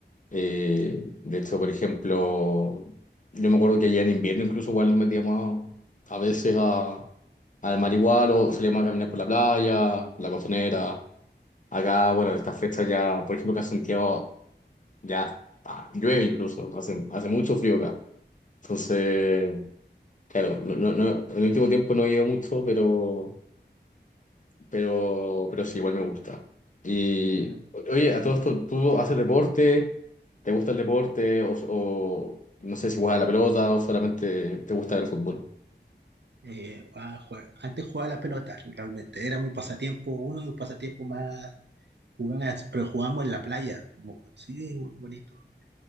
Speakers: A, on the left (about 45°); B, on the right (about 70°).
A: Eh, de hecho, por ejemplo, yo me acuerdo que allá en invierno incluso igual nos metíamos a a veces a, al mar igual o salíamos a caminar por la playa, por la costanera. Acá, bueno, en estas fechas ya, por ejemplo, acá en Santiago ya ah, llueve incluso, hace, hace mucho frío acá. Entonces, claro, no, no, no- en el último tiempo no he ido mucho, pero pero, pero sí, igual me gusta. Y
B: Ah,
A: oye, a todo esto, ¿tú haces deporte? ¿Te gusta el deporte? ¿O, o no sé si juegas a la pelota o solamente te gusta ver el fútbol?
B: eh, jugaba- jue- antes jugaba la pelota, realmente. Era mi pasatiempo, uno de mis pasatiempos más jugadas, pero jugábamos en la playa. Como que, Sí, bu- bonito.